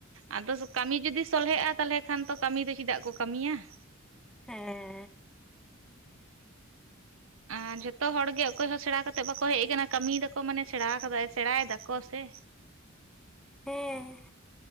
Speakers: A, on the right (about 75°); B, in the centre.
A: ᱟᱫᱚ ᱠᱟᱹᱢᱤ ᱡᱩᱚᱫᱤ ᱥᱚᱞᱦᱮᱜ ᱟ ᱛᱟᱦᱚᱞᱮ ᱠᱷᱟᱱ ᱛᱚ ᱠᱟᱹᱢᱤ ᱫᱚ ᱪᱮᱫᱟᱜ ᱠᱚ ᱠᱟᱹᱢᱤᱭᱟ ᱾
B: ᱦᱮᱸ <inaudible>
A: ᱟᱨ ᱡᱚᱛᱚ ᱦᱚᱲ ᱜᱮ ᱚᱠᱚᱭ ᱦᱚᱸ ᱥᱮᱬᱟ ᱠᱟᱛᱮ ᱵᱟᱠᱚ ᱦᱮᱡ ᱟᱠᱟᱱᱟ, ᱠᱟᱹᱢᱤ ᱫᱠᱚ ᱢᱟᱱᱮ ᱥᱮᱬᱟ ᱟᱠᱟᱫᱟ ᱥᱮᱬᱟᱭ ᱫᱟᱠᱚ ᱥᱮᱼᱺ
B: ᱦᱮᱸ